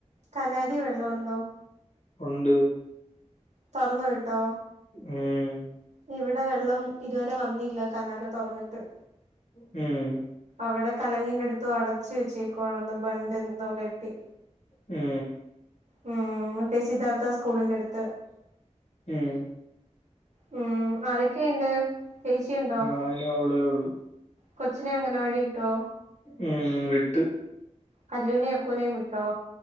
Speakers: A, on the right (about 70°); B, on the left (about 70°).
A: കനാലി വെള്ള ണ്ടോ
B: ഉണ്ട്
A: തുറന്ന് വിട്ടോ
B: ഉം
A: ഇവിടെ വെള്ളം ഇതുവരെ വന്നില്ല കനാല തുറന്നിട്ട്
B: ഉം.
A: അവിടെ കലങ്ങിന്റെ അടുത്ത് അടച്ചു വെച്ചേക്കുവാണന്ന് ബണ്ട് എന്തേകെട്ടി.
B: മ്
A: മ് മറ്റേ സിദ്ധാത്ഥ സ്കൂളിന്റെ അടുത്
B: മ്മ്.
A: ഉം ആരൊക്കെയുണ്ട് ചേച്ചിയുണ്ടോ
B: ആ അയിന് അവളേ ഉള്ളു.
A: കൊച്ചിനെ അംഗൻവാടി ട്ടോ
B: ഉം വിട്ട്
A: കല്ലുനെ അക്കൂനെ വിട്ടോ?